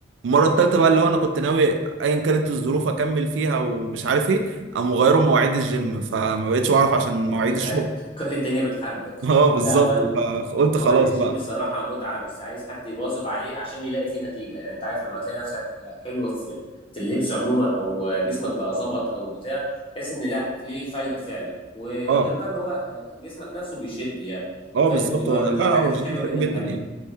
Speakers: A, on the right (about 85°); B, on the left (about 30°).
A: المره التالتة بقى اللي هو انا كنت ناوي ايا كانت الظروف اكمل فيها ومش عارف ايه قاموا غيروا مواعيد الجيم فما بقتش بعرف عشان
B: <laughs>
A: مواعيد الشغل
B: كل الدنيا بتحاربك
A: <laughs> اه بالظبط
B: لا هو
A: فقلت
B: هو
A: خلاص
B: الجيم
A: بقى
B: صراحة متعة بس عايز حد يواظب عليه عشان يلاقي فيه نتيجة يعني انت عارف لما تلاقي نفسك حلو في في اللبس عموما او جسمك بقى ظبط او بتاع تحس ان لا ليه فايدة فعلا وغير
A: اه
B: بقى ان هو جسمك نفسه بيشد يعني
A: اه
B: فبتبقى
A: بالظبط هو
B: من
A: لا
B: الحاجات
A: لا، هو الجيم
B: الحلوة
A: حلو
B: جدا
A: جدا
B: اللي تعملها
A: يعني